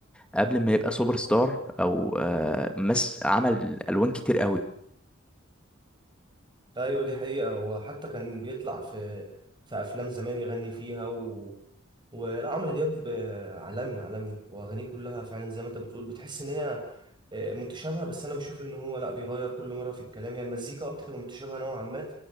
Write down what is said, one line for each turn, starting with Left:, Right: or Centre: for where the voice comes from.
Centre: قبل ما يبقى سوبر ستار أو آه، مس عمل ألوان كتير قوي
Right: ايوه دي حقيقة وحتى كان بيطلع في في افلام زمان يغني فيها و... ولا عمرو دياب آه، عالمي عالمي واغانيه كلها فعلا زي ما انت بتقول بتحس ان هي آه، متشابهة بس انا بشوف ان هو لا بيغير كل مرة في الكلام هي المزيكا اكتر متشابهة نوعا ما